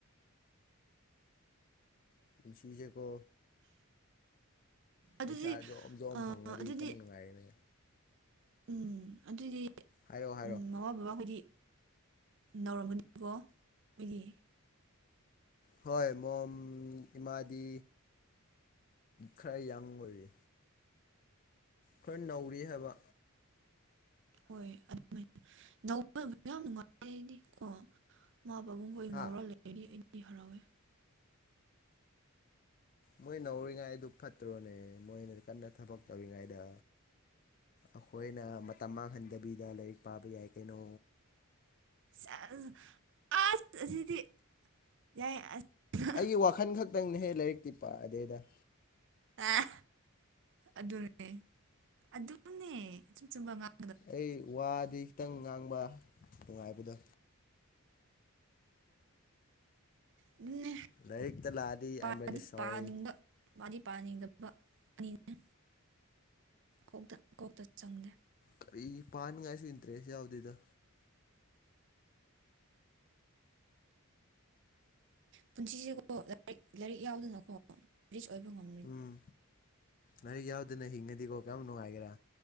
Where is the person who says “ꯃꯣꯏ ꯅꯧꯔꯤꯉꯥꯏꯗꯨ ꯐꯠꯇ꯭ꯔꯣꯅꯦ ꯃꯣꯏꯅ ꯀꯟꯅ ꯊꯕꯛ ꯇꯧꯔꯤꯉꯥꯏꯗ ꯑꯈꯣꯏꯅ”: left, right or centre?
Left